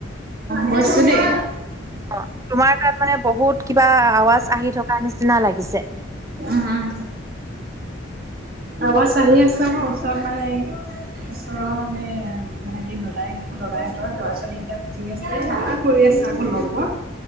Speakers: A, on the right (about 50°); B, on the right (about 15°).
A: গৈছোঁ দেই।
B: অ' তোমাৰ তাত মানে বহুত কিবা আৱাজ আহি থকা নিচিনা লাগিছে।
A: উম। আৱাৰ আহি আছে আকৌ ওচৰত মানে ওচৰৰ মানে হেৰি দদাই দদায়তৰ লৰা ছোৱালী কেইটা বহি আছে হাল্লা কৰি চাগ নপোৱা